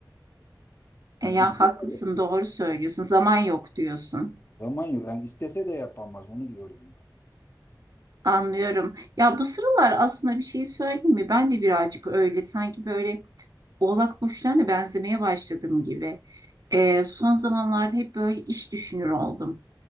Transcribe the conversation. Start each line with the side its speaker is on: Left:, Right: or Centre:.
Left: Hani
Right: E, ya
Left: istese
Right: haklısın,
Left: de
Right: doğru söylüyorsun. Zaman yok diyorsun.
Left: zaman yok. Yani istese de yapamaz onu diyorum buna.
Right: Anlıyorum. Ya bu sıralar aslında bir şey söyleyeyim mi? Ben de birazcık öyle sanki böyle Oğlak burçlarına benzemeye başladığım gibi e, son zamanlarda hep böyle iş düşünür oldum.